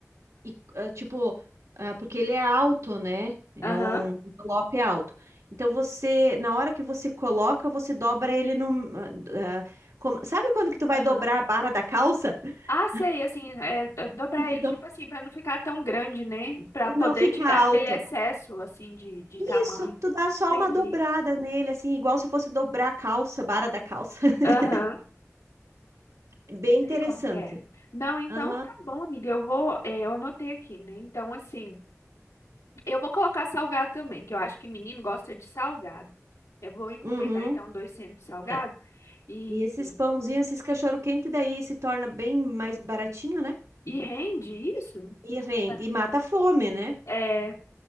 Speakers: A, on the right; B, on the left.
A: e, ah, tipo, ah, porque ele é alto, né? É
B: aham,
A: um envelope alto. Então você, na hora que você coloca, você dobra ele no. ah, ah, como- sabe quando que tu vai
B: aham.
A: dobrar a barra da calça? <laughs>
B: Ah, sei, assim, é, é dobrar
A: E tu
B: ele, tipo
A: do-
B: assim, pra não ficar tão grande, né? Pra poder
A: não fica
B: tirar
A: alto.
B: aquele excesso, assim, de, de tamanho.
A: Isso, tu dá só
B: Entendi.
A: uma dobrada nele, assim, igual se fosse dobrar a calça, barra da calça. <laughs>
B: Aham,
A: Bem interessante.
B: sei como que é. Não, então
A: Aham.
B: tá bom, amiga, eu vou, é, eu anotei aqui, né? Então, assim, eu vou colocar salgado também, que eu acho que menino gosta de salgado. Eu vou encomendar,
A: Uhum.
B: então, 200 salgado
A: É.
B: e,
A: E esses
B: e
A: pãozinhos, esses cachorro-quente daí se torna bem mais baratinho, né?
B: e rende isso?
A: E rende,
B: Tá.
A: e mata a fome, né?
B: É